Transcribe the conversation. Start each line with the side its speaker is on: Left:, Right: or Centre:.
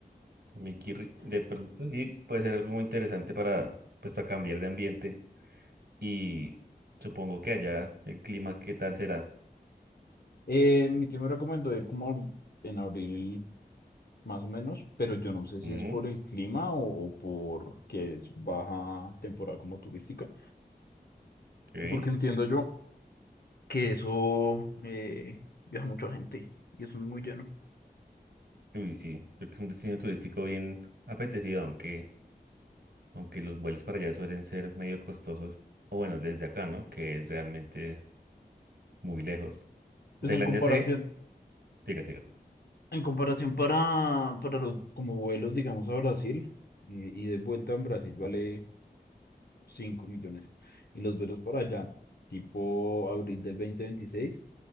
Right: Mickey, Ri- de pronto sí puede ser algo muy interesante para, pues, para cambiar de ambiente. Y supongo que allá el clima, ¿qué tal será?
Left: Eh, mi tío me recomendó ir como en abril más o menos, pero yo no sé
Right: Mm,
Left: si es por el clima o, o por que es baja temporada como turística,
Right: ok.
Left: porque entiendo yo que eso eh, viaja mucha gente y eso es muy lleno.
Right: Uy, sí, creo que es un destino turístico bien apetecido, aunque, aunque los vuelos para allá suelen ser medio costosos. O bueno, desde acá, ¿no? Que es realmente muy lejos.
Left: Pues
Right: Tailandia
Left: en comparación,
Right: sé, siga, siga.
Left: en comparación para, para los como vuelos, digamos, a Brasil eh, y de vuelta en Brasil vale 5 millones y los vuelos para allá, tipo abril del 2026,